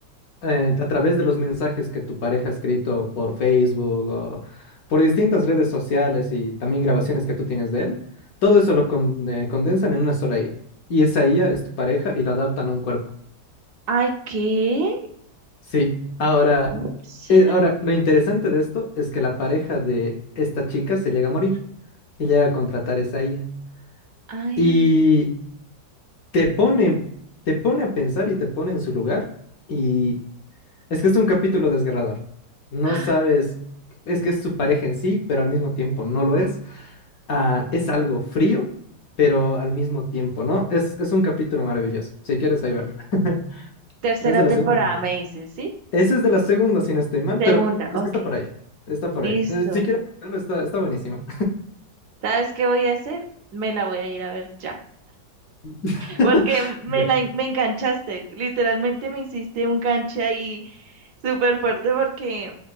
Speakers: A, on the left; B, on the right.
A: eh, a través de los mensajes que tu pareja ha escrito por Facebook o por distintas redes sociales y también grabaciones que tú tienes de él, todo eso lo con- eh, condensan en una sola IA. Y esa IA es tu pareja y la adaptan a un cuerpo.
B: Ay, ¿qué?
A: Sí, ahora,
B: Ups.
A: eh, ahora lo interesante de esto es que la pareja de esta chica se llega a morir y llega a contratar esa IA.
B: Ay.
A: Y
B: <gasps>
A: te pone, te pone a pensar y te pone en su lugar. Y es que es un capítulo desgarrador. No
B: Ah,
A: sabes, es que es su pareja en sí, pero al mismo tiempo no lo es. Ah, es algo frío, pero al mismo tiempo, ¿no? Es, es un capítulo maravilloso. Si quieres, ahí verlo. <laughs>
B: Tercera
A: Es de
B: temporada,
A: la segunda temporada.
B: me dices, ¿sí?
A: Ese es de la segunda, si no estoy mal,
B: Segunda,
A: pero
B: ok.
A: es que está por ahí. Está por
B: Listo.
A: ahí. Eh, Si quieres verlo, está, está buenísimo.
B: ¿Sabes qué voy a hacer? Me la voy a ir a ver ya.
A: <laughs>
B: Porque me
A: Ya.
B: la en- me enganchaste. Literalmente me hiciste un ganche ahí súper fuerte porque